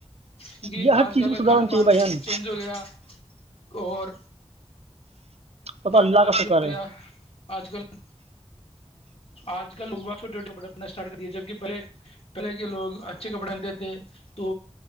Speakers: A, on the left; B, on the right.
A: کیونکہ
B: یہ ہر
A: آج
B: چیز
A: کل
B: کو سدھارنا
A: کھان
B: چاہیے
A: پان
B: بھائی جان
A: چینج ہو گیا اور
B: وہ تو
A: پرنا
B: اللہ
A: وہا
B: کا
A: چنگا
B: شکر
A: چلیا
B: ہے
A: آج کل <inaudible> آج کل لوگ بت چھوٹے چھوٹے بٹتنا اسٹارٹ کریے جبکہ پہلے پہلے کے لوگ اچھے کپڑے آنتے تھے تو